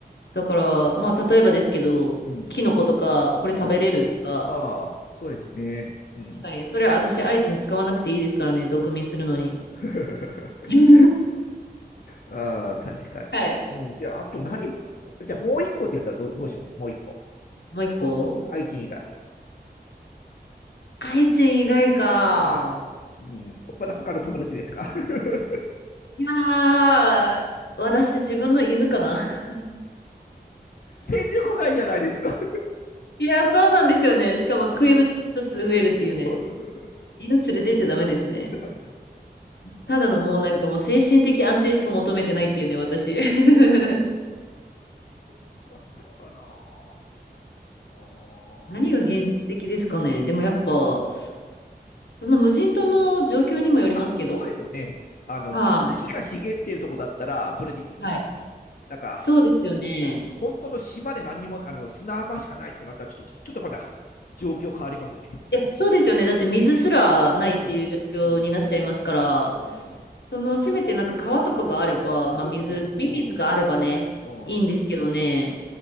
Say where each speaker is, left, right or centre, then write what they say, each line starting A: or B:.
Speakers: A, on the left (about 85°); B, on the left (about 55°).
A: だから、まあ、例えばですけど、
B: うん、
A: キノコとか、これ食べれるとか、
B: あ、あー、そうですね。うん。
A: 確かに、それは私、愛知に使わなくていいですからね、毒味するのに。
B: <laughs>
A: <laughs>
B: ああ、確かに。
A: はい。
B: うん、じゃあ、あと何か、じゃあもう一個って言ったらどう、どうしますもう一個。
A: もう一個
B: 愛知以外。
A: 愛知以外か。
B: あー、うん、ほまだ他の友達ですか <laughs>
A: いやー、私自分の犬かな。<laughs>
B: 戦力外じゃないですか
A: いやー、そうなんですよね。しかも食いぶち一つ増えるっていうね。
B: <laughs> そう。
A: 犬連れてっちゃダメですね。
B: <laughs> ダメダメ。
A: ただのもうなんかもう精神的安定しか求めてないっていうね、私。<laughs>
B: 僕は何かなあー
A: 何が現実的ですかね。でもやっぱ、
B: あー
A: その無人島の状況にもよりますけど。
B: あ、そうですよね。あの、
A: は
B: 木が茂っているとこだったら、それでいいと思うんですよね。
A: い。はい。
B: だから、
A: そうですよね。
B: 本当の島で何にも、あの、砂浜しかないとこだったら、ちょっと、ちょっとまだ状況変わりますよね。
A: いや、そうですよね。だって水すらないっていう状況になっちゃいますから。
B: うん、うん、うん、うんうん
A: その、せめてなんか川とかがあれば、まあ水、
B: そうそうそうそ
A: 飲み水があればね、
B: う、うん、
A: いいんですけどね。
B: うん。